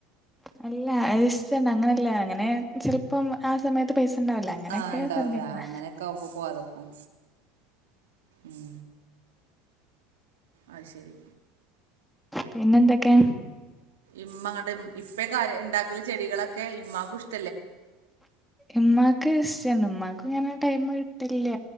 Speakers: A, in the centre; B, on the right (about 85°).
A: അല്ല അയിഷ്ട്ടണ്ട് അങ്ങനെയല്ല അങ്ങനെ ചിലപ്പം ആ സമയത്ത് പൈസ ഉണ്ടാവില്ല അങ്ങനെയൊക്കെ
B: ആ ഉണ്ടാവൂല
A: പറഞ്ഞിരുന്നു
B: ആ അങ്ങനെയൊക്കെ ആകുമ്പോ പോവാതൊക്കും ഉം അ ശരി
A: പിന്നെന്തൊക്കെ
B: ഇമ്മങ്ങട്ട് ഇപ്പെക്ക ഉണ്ടാക്കല് ചെടികളൊക്കെ ഇമ്മാക്കുഷ്
A: ഉമ്മാക്ക് ഇഷ്ടണ്ട് ഉമ്മാക്കും ഇങ്ങനെ ടൈമ് കിട്ടലില്ല